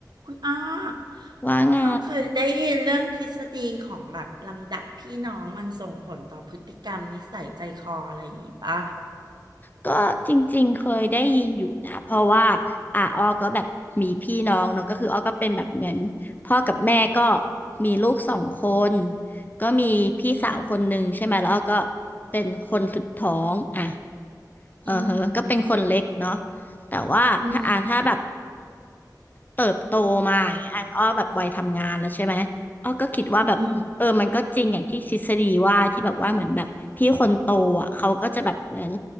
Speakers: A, on the right (about 75°); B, on the left (about 25°).
A: คุณอ้อ
B: ว่าไง
A: คุณอ้อเคยได้ยินเรื่องทฤษฎีของแบบลำดับพี่น้องมันส่งผลต่อพฤติกรรมนิสัยใจคออะไรอย่างงี้ปะ
B: ก็จริงๆเคยได้ยินอยู่นะเพราะว่าอ่ะอ้อก็แบบมีพี่น้องเนาะก็คืออ้อก็เป็นแบบเหมือนพ่อกับแม่ก็มีลูกสองคนก็มีพี่สาวคนหนึ่งใช่ไหมแล้วอ้อก็
A: อืม
B: เป็นคนสุดท้องอ่ะเออเฮอก็เป็นคนเล็กเนาะ
A: อืม
B: แต่ว่าถ้าอ่ะถ้าแบบ
A: อืม
B: เติบโตมาอย่างเงี้ยอ่ะอ้อแบบวัยทำงานแล้วใช่ไหมอ้อก็คิดว่าแบบเออมันก็จริงอย่างที่ทฤษฎีว่าที่แบบว่าเหมือนแบบพี่คนโตอ่ะเขาก็จะแบบเหมือน
A: อืม